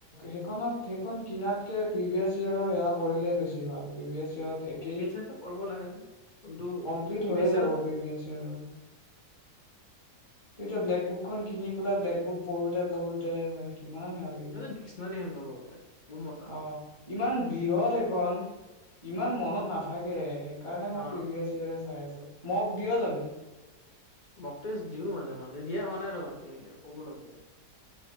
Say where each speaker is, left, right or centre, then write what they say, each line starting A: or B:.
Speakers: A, on the left (about 20°); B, on the left (about 55°).
A: সেইখনত সেইখন কিনাতকে পিভিএছ ইয়েৰৰ সেয়া কৰিলেই বেছি ভাল প্ৰিভিয়েচ একেই,
B: প্ৰিভিয়াছ ইয়েৰটো কৰিব লাগে কোনটো
A: কমপ্লিট
B: প্ৰিভিয়াছ
A: হৈয়ে
B: ইয়েৰত
A: যাব প্ৰিভিয়েছ ইয়েৰৰ। তেতিয়া ব্লেক বুকখন কিনি পেলাই ব্লেক বুক পঢ়োতে পঢ়োতে কিমান এয়া লাগিব,
B: সিহঁতে ডিক্সনাৰী হেন ক'ব গ'লে বহুত মতা
A: অ ইমান বৃহৎ এক ইমান মনত নাথাকে কাৰণে মই
B: অ
A: প্ৰিভিয়াছ ইয়েৰে চাই আছো মোক দিয় জানো?
B: মকতেষ্ট দিও মাজে মাজে দিয়া হোৱা নাই ৰ কব লাগব